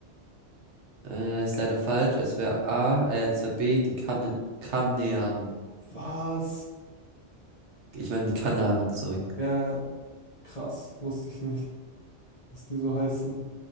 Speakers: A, on the right (about 70°); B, on the left (about 35°).
A: Äh, ist leider falsch. Es wäre A, äh, es wäre B, die kan Kanaren.
B: Was?
A: Ich meine die Kanaren, sorry.
B: Ja, ja. Krass, wusste ich nicht, dass die so heißen.